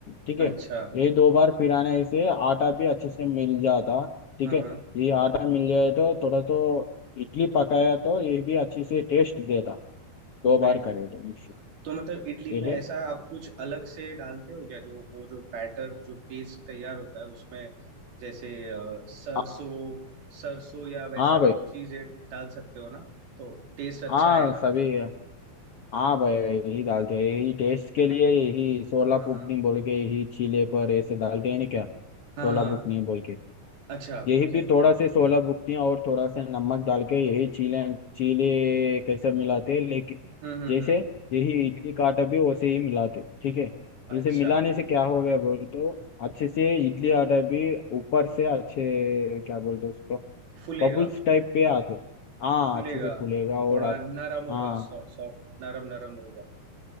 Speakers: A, on the left; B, on the right.
A: ठीक है
B: अच्छा
A: यही दो बार फिराने से आटा भी अच्छे से मिल जाता ठीक
B: हाँ
A: है
B: हाँ
A: ये आटा मिल जाए तो थोड़ा तो इडली पकाया तो ये भी अच्छे से टेस्ट देता दो
B: बिल्कुल
A: बार करे तो मिक्सी
B: तो मतलब इडली
A: ये
B: में ऐसा
A: है
B: आप कुछ अलग से डालते हो क्या जो वो जो बैटर जो पेस्ट तैयार होता है उसमें जैसे अ, सरसों
A: आ-
B: सरसों या वैसा
A: हाँ भाई
B: कुछ चीजें डाल सकते हो ना तो टेस्ट अच्छा
A: हाँ
B: आएगा
A: सभी हाँ भाई यही डालते हैं यही टेस्ट के लिए यही सोला
B: हाँ
A: बुकनी
B: हाँ
A: बोल के यही चीले पर ऐसे डालते हैं ना क्या
B: हाँ
A: सोला बुकनी बोल के
B: अच्छा
A: यही
B: ओके
A: भी थोड़ा से सोलह बुकतियाँ और थोड़ा से नमक डाल के यही चीले चीले कैसे मिलाते हैं लेकिन
B: हम्म हम्म
A: जैसे
B: हम्म
A: यही इडली का आटा भी वैसे ही मिलाते ठीक है
B: अच्छा
A: इसे मिलाने से क्या हो गया बोल तो अच्छे से इडली आटा भी ऊपर से अच्छे क्या बोलते उसको
B: फूलेगा
A: बबल्स टाइप पे आते हाँ
B: फूलेगा
A: अच्छे से फूलेगा और
B: थोड़ा
A: आ-
B: नरम
A: हाँ
B: होगा सॉफ्ट सॉफ्ट नरम नरम होगा